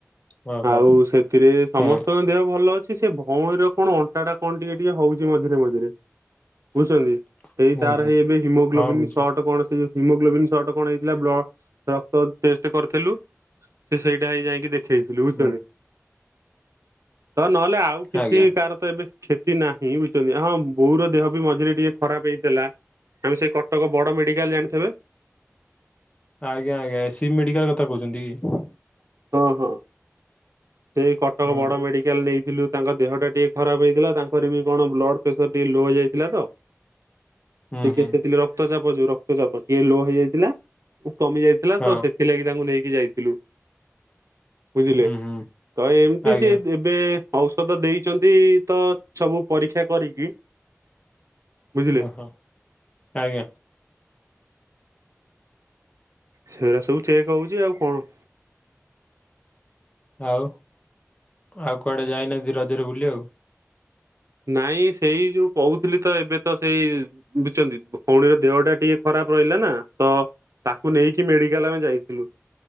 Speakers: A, on the left; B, on the right.
A: ଓହୋ
B: ଆଉ
A: ହଁ।
B: ସେଥିରେ ସମସ୍ତଙ୍କ
A: ହଁ
B: ଦେହ ଭଲ ଅଛି ସେ ଭଉଣୀର କଣ ଅଣ୍ଟାଟା କଣ ଟିକେ ଟିକେ ହଉଛି ମଝିରେ <unintelligible>
A: <inaudible>
B: ବୁଝୁଛନ୍ତି। ସେଇ
A: ହୁଁ
B: ତାର
A: ହୁଁ।
B: ହେଇ ଏବେ ହିମୋଗ୍ଲୋବିନ୍
A: ହଁ ବୁଝୁଛି
B: ସର୍ଟ କଣ ସେଜଉ ହିମୋଗ୍ଲୋବି ନ୍ ସର୍ଟ କଣ ହେଇଥିଲା ବ୍ଲ ତ ଟେଷ୍ଟ କରିଥିଲୁ ସେ ସେଇଟା ହେଇ ଯାଇକି ଦେଖେଇଥିଲୁ ବୁଝିପାରିଲୁକି।
A: ହୁଁ
B: ତ ନହେଲେ ଆଉ କିଛି
A: ଆଜ୍ଞା
B: କାର ତ ଏବେ କ୍ଷତି ନାହିଁ ବୁଝିଛନ୍ତି ହଁ ବୋଉର ଦେହ ବି ମଝିରେ ଟିକେ ଖରାପ ହେଇଥିଲା। ଆମେ ସେ କଟକ ବଡ ମେଡିକାଲ ଜାଣିଥେବେ।
A: ଆଜ୍ଞା ଆଜ୍ଞା ଏ ସି ବି ମେଡିକାଲ କଥା କହୁଛନ୍ତି କି?
B: ହଁ ହଁ ସେ କଟକ
A: ହୁଁ
B: ବଡ ମେଡିକାଲ ନେଇଥିଲୁ। ତାଙ୍କ ଦେହ ଟା ଟିକେ ଖରାପ ହେଇଥିଲା ତାଙ୍କର ବି କଣ ବ୍ଲଡ ପ୍ରେସର ଟିକେ ଲୋ ହେଇ ଯାଇଥିଲା ତ।
A: ହୁଁ
B: ଟିକେ
A: ହୁଁ
B: ସେଥି ରକ୍ତ ଚାାପ ଯୋଉ ରକ୍ତ ଚାାପ ଟିକେ ଲୋ ହେଇଯାଇଥିଲା। କମି ଯାଇଥିଲା
A: ହଁ
B: ତ ସେଥିଲାଗି ତାଙ୍କୁ ନେଇକି ଯାଇଥିଲୁ। ବୁଝିଲେ
A: ହୁଁ ହୁଁ
B: ତ ଏମିତି
A: ଆଜ୍ଞା
B: ସିଏ ଏବେ ଔଷଧ ଦେଇଛନ୍ତି ତ ସବୁ ପରୀକ୍ଷା କରିକି। ବୁଝିଲେ
A: ଓହୋ ଆ ଆଜ୍ଞା।
B: ସେରା ସବୁ ଚେକ ହଉଛି ଆଉ କଣ।
A: ଆଉ ଆଉ କୁଆଡେ ଯାଇନାହାନ୍ତି ରଜରେ ବୁଲିଆକୁ।
B: ନାଇଁ ସେଇ ଯୋଉ କହୁଥିଲି ତ ଏବେ ତ ସେଇ ବୁଝିଛନ୍ତି ଭଉଣୀର ଦେହ ଟା ଟିକେ ଖରାପ। ପ ରହିଲା ନା ତ ତାକୁ ନେଇକି ମେଡିକାଲ ଆମେ ଯାଇଥିଲୁ।